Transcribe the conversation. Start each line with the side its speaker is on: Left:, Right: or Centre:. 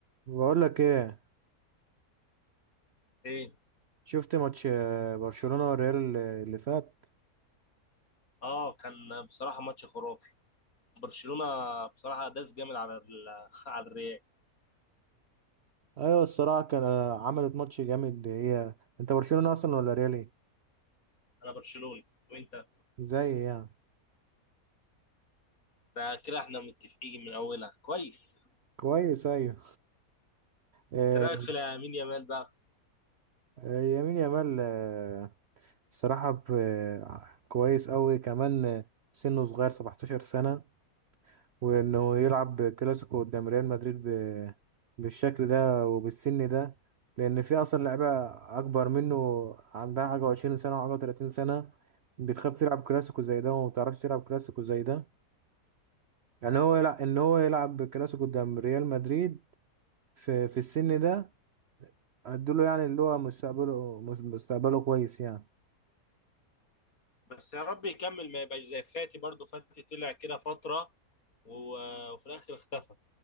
Right: بقول لك ايه
Left: ايه
Right: شفت ماتش آه، برشلونة والريال اللي اللي فات
Left: اه كان بصراحه ماتش خرافي برشلونه بصراحه داس جامد على ال- <laughs> على الريال
Right: ايوه الصراحة كان آه، عملت ماتش جامد هي انت برشلونة اصلا ولا ريال ايه
Left: انا برشلوني وانت
Right: زي يعني
Left: ده كده احنا متفقين من اولها كويس
Right: كويس ايوه آه،
Left: ايه رايك في لامين يامال بقى
Right: آه، يمين يامال آه، الصراحة ب- آه، كويس قوي كمان آه، سنه صغير 17 سنة وانه يلعب كلاسيكو قدام ريال مدريد ب... بالشكل ده وبالسن ده لان في اصلا لعيبه اكبر منه عندها حاجه وعشرين سنه وحاجه وتلاتين سنه بتخاف تلعب كلاسيكو زي ده وما بتعرفش تلعب كلاسيكو زي ده يعني هو يلعب ان هو يلعب كلاسيكو قدام ريال مدريد في في السن ده ادوله يعني اللي هو مستقبله مس- مستقبله كويس يعني
Left: بس يا رب يكمل ما يبقاش زي فاتي برضو فاتي طلع كده فتره و- وفي الاخر اختفى